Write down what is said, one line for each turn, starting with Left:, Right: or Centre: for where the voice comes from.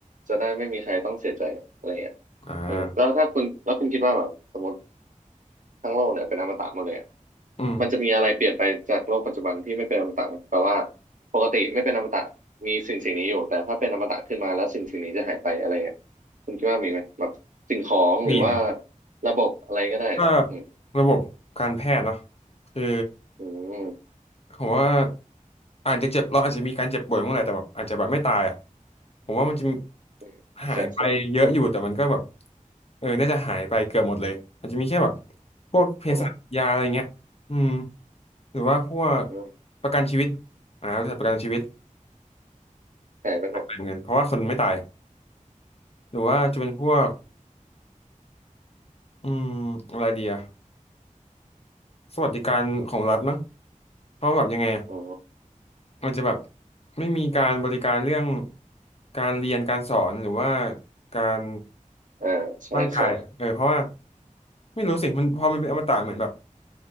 Right: จะได้ไม่มีใครต้องเสียใจอะไรเงี้ย
Left: อ่า
Right: อืมแล้วถ้าคุณแล้วคุณคิดว่าแบบสมมติทั้งโลกเนี่ยเป็นอมตะหมดเลยอะ
Left: อืม
Right: มันจะมีอะไรเปลี่ยนไปจากโลกปัจจุบันที่ไม่เป็นอมตะไหมแปลว่าปกติไม่เป็นอมตะมีสิ่งสิ่งนี้อยู่แต่ถ้าเป็นอมตะขึ้นมาแล้วสิ่งสิ่งนี้จะหายไปอะไรเงี้ยคุณคิดว่ามีไหมแบบสิ่งของหรือว่า
Left: มีสิ
Right: ระบบอะไรก็ได้อืม
Left: ก็ระบบการแพทย์เนาะคือ
Right: อืม
Left: ผมว่าอาจจะเจ็บเราอาจจะมีการเจ็บป่วยเมื่อไหร่แต่แบบอาจจะแบบไม่ตายอ่ะผมว่ามันจะ
Right: อืมใช่ใช่
Left: หายไปเยอะอยู่แต่มันก็แบบเออน่าจะหายไปเกือบหมดเลยมันจะมีแค่แบบพวกเภสัชยาอะไรเงี้ยอืม
Right: อืม
Left: หรือว่าพวก
Right: อืมอืม
Left: ประกันชีวิตอ่าบริษัทประกันชีวิต
Right: หายไปหมด
Left: ไปเหมือนกันเพราะว่าคนไม่ตายหรือว่าจะเป็นพวกอืมอะไรเดียะสวัสดิการของรัฐมั้งเพราะว่าแบบยังไงอะ
Right: อ๋อ
Left: มันจะแบบไม่มีการบริการเรื่องการเรียนการสอนหรือว่าการ
Right: อ่าใช่ใช่
Left: ร่างกายเออเพราะว่าไม่รู้สิมันพอมันเป็นอมตะเหมือนแบบ